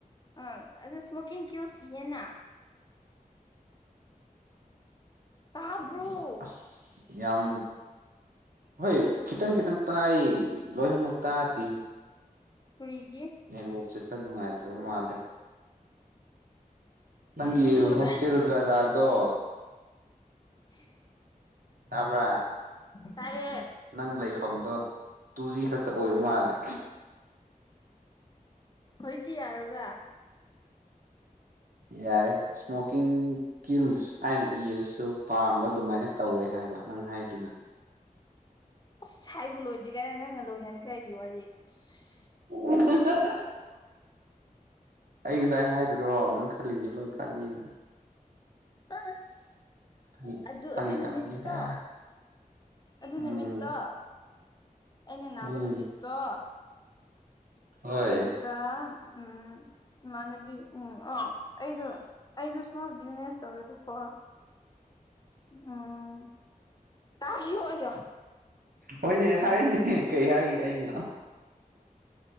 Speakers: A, on the left (about 30°); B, on the right (about 80°).
A: ꯑꯝ ꯑꯗꯨꯣ ꯁ꯭ꯃꯣꯀꯤꯡ ꯀꯤꯜꯁ ꯏꯌꯦꯅ ꯇꯥꯕ꯭ꯔꯣ
B: ꯎ ꯑꯁ ꯌꯥꯝ ꯍꯣꯏ ꯈꯤꯇꯪ ꯈꯤꯇꯪ ꯇꯥꯏ ꯂꯣꯏꯅꯃꯛ ꯇꯥꯗꯦ
A: ꯀꯨꯔꯤꯒꯤ
B: ꯅꯦꯠꯋꯥꯛꯁꯦ ꯈꯔ ꯅꯨꯡꯉꯥꯏꯇꯕ ꯃꯥꯜꯂꯦ ꯅꯪꯒꯤ
A: ꯑꯗꯨ ꯉꯁꯥꯏ
B: ꯍꯣꯁꯇꯦꯜ ꯖꯒꯥꯗꯣ
A: ꯎꯝ
B: ꯇꯥꯕ
A: ꯇꯥꯏꯦ
B: ꯅꯪ ꯂꯩꯐꯝꯗꯣ ꯇꯨ ꯖꯤ ꯈꯛꯇ ꯑꯣꯏꯕ ꯃꯥꯜꯂꯦ
A: ꯍꯧꯇꯤꯔꯕ
B: ꯌꯥꯔꯦ ꯁꯃꯣꯀꯤꯡ ꯀꯤꯜꯁ ꯍꯥꯏꯅ ꯏꯔꯁꯨ ꯄꯥꯝꯕ ꯑꯗꯨꯃꯥꯏꯅ ꯇꯧꯋꯦ ꯍꯥꯏꯕ ꯅꯪ ꯍꯥꯏꯗꯨꯅ
A: ꯑꯁ ꯍꯥꯏꯕꯨ ꯂꯣꯏꯗ꯭ꯔꯤ ꯀꯥꯏꯅ ꯅꯪꯅ ꯂꯣꯏꯍꯟꯈ꯭ꯔꯦ ꯑꯩꯒꯤ ꯋꯥꯔꯤ ꯑꯁ
B: ꯑꯣ ꯑꯩ ꯉꯁꯥꯏ ꯍꯥꯏꯗꯣꯏꯔꯣ ꯅꯪ ꯈꯜꯂꯤꯗꯨꯅ ꯂꯣꯏ ꯈꯪꯉꯤꯅ
A: ꯑꯁ
B: ꯐꯥꯒꯤ
A: ꯑꯗꯨ
B: ꯐꯥꯒꯤ
A: ꯑꯗꯨ ꯅꯨꯃꯤꯠꯇꯣ
B: ꯇꯧꯕꯅꯤꯗ
A: ꯑꯗꯨ
B: ꯎꯝ
A: ꯅꯨꯃꯤꯠꯇꯣ ꯑꯅꯦ ꯅꯅꯥꯕꯨꯅꯕꯤꯠꯇꯣ
B: ꯎꯝ ꯍꯣꯏ
A: ꯑꯗꯨꯗ ꯎꯝ ꯏꯃꯥꯅꯕꯤ ꯎꯝ ꯑꯣ ꯑꯩꯗꯣ ꯑꯩꯗꯣ ꯏꯁꯃꯣꯜ ꯕꯤꯖꯤꯅꯦꯁ ꯇꯧꯋꯦꯕꯀꯣ ꯎꯝ ꯇꯣꯣ
B: ꯍꯣꯏꯅꯦ ꯍꯥꯏꯅꯦ ꯀꯩ ꯍꯥꯏꯒꯦ ꯑꯩꯅ